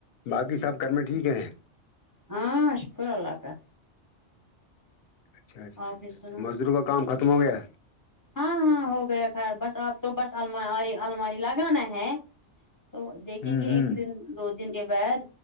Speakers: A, on the left; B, on the left.
A: باقی سب کر میں ٹھیک ہیں
B: ہاں شکور اللہ کا
A: اچھا اچھا
B: آپ
A: اچھا
B: ہی سنا
A: اچھا مزدوروں کام ختم ہو گیا
B: ہاں ہاں ہو گیا خراب بس اب تو بس الماری الماری لگانا ہے تو دیکھیں
A: ہوں
B: گے
A: ہوں
B: ایک دن دو دن کے بعد